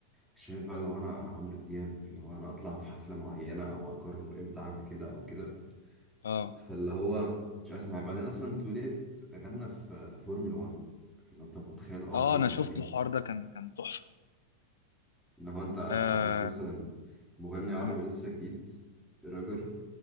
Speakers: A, in the centre; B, on the left (about 65°).
A: شايف بقى لو انا انا عمرو دياب اللي هو انا اطلع في حفله معينه او اقرر امتى اعمل كده او كده
B: آه
A: فاللي هو مش احسن حاجه بعدين اصلا توليت غنى في فورمولا 1 لو انت متخيل هو
B: آه
A: وصل
B: أنا
A: لحد
B: شفت
A: فين
B: الحوار ده كان كان تحفة
A: ان هو انت
B: آه
A: عندك مثلا مغني عربي
B: مم،
A: لسه جديد رابر